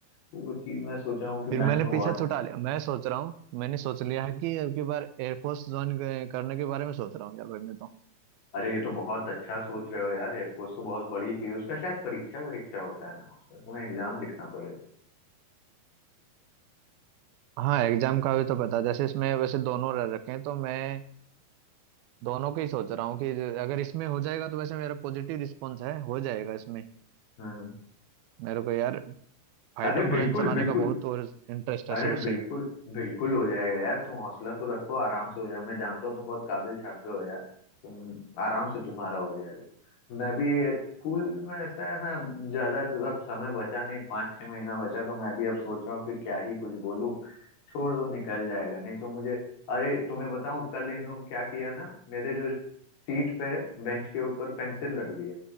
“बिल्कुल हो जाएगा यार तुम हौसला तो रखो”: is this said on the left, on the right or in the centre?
Left